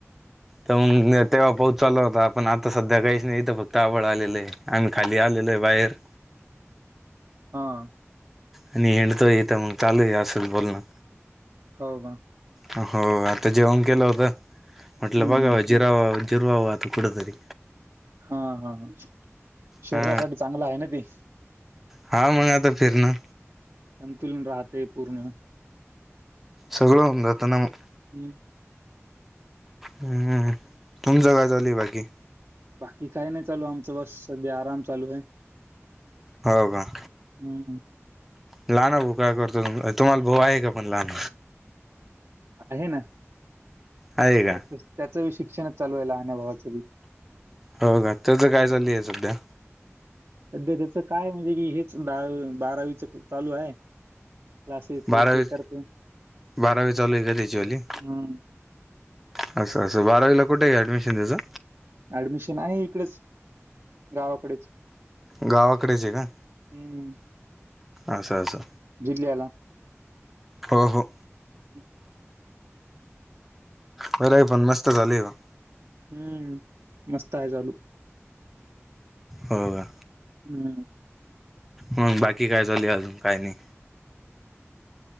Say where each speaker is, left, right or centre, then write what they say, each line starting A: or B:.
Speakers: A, in the centre; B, on the right (about 65°).
A: तर मग तेव्हा पाऊस चालू होता, पण आता सध्या काहीच नाही इथं. फक्त आभाळ आलेलं आहे. आम्ही खाली आलेलो आहे बाहेर.
B: हा.
A: आणि हिंडतोय इथं, मग चालू आहे असंच बोलणं.
B: हो का.
A: हो, आता जेवण केलं होतं, म्हटलं
B: हम्म
A: बघाव
B: हम्म
A: जिराव जिरवाव आता थोड तरी.
B: हा हा हं, शरीरासाठी
A: हा
B: चांगलं आहे ना ती.
A: हा, मग आता फिर ना
B: संतुलन राहते पूर्ण.
A: सगळ होऊन राहत ना मग.
B: <unintelligible>
A: हम्म, तुमच काय चालूय बाकी?
B: बाकी काही नाही चालू आमचं. बस, सध्या आराम चालू आहे.
A: हो का.
B: हम्म हम्म.
A: लहान भाऊ काय करतो? तुम्हाला भाऊ आहे का पण लहान?
B: आहे ना.
A: आहे का
B: त्या त्याचं बी शिक्षणच चालू आहे, लहान्या भावाचं बी.
A: हो का. त्याचं काय चालूय सध्या?
B: सध्या त्याच काय म्हणजे की हेच, बारावीच चालू आहे. क्लासेस हे
A: बारावी,
B: ते करते
A: बारावी चालू आहे का? त्याची वाली.
B: हम्म
A: असं असं. बारावीला कुठे आहे ऍडमिशन त्याचं?
B: ऍडमिशन आहे इकडेच, गावाकडेच.
A: गावाकडेच आहे का?
B: हम्म
A: असं असं.
B: जिल्ह्याला.
A: हो हो.
B: ह
A: खरय, पण मस्त चालूय का?
B: हम्म, मस्त आहे चालू.
A: हो का.
B: हम्म.
A: मग बाकी काय चालूय अजून? काय नाही?